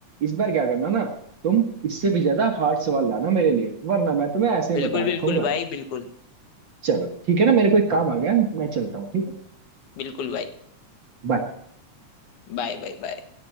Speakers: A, on the right; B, on the left.
A: इस बार क्या करना ना तुम इससे भी ज्यादा हार्ड सवाल लाना मेरे लिए वरना मैं तुम्हें ऐसे ही
B: बिल्कुल
A: बता रखूंगा
B: बिल्कुल भाई बिल्कुल
A: चलो ठीक है ना मेरे को एक काम आ गया है, मैं चलता हूँ ठीक है
B: बिल्कुल भाई
A: बाय
B: Bye bye bye